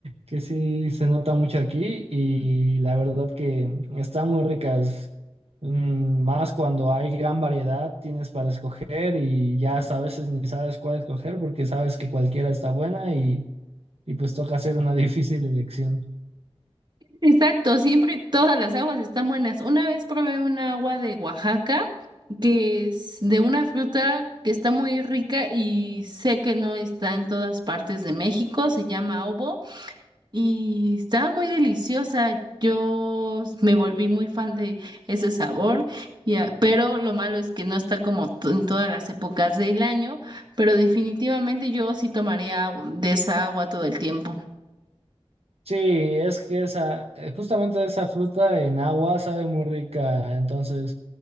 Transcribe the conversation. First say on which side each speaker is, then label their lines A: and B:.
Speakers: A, on the right; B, on the right.
A: que sí se nota mucho aquí y la verdad que están muy ricas, Mm, más cuando hay gran variedad tienes para escoger y ya hasta a veces ni sabes cuál escoger porque sabes que cualquiera está buena y, y pues toca hacer una <laughs> difícil elección.
B: Exacto, siempre todas las aguas están buenas. Una vez probé una agua de Oaxaca que es de una fruta que está muy rica y sé que no está en todas partes de México, se llama obo y estaba muy deliciosa. Yo me volví muy fan de ese sabor, y a- pero lo malo es que no está como to- en todas las épocas del año, pero definitivamente yo sí tomaría agu- de esa agua todo el tiempo.
A: Sí, es que esa, eh, justamente esa fruta en agua sabe muy rica, entonces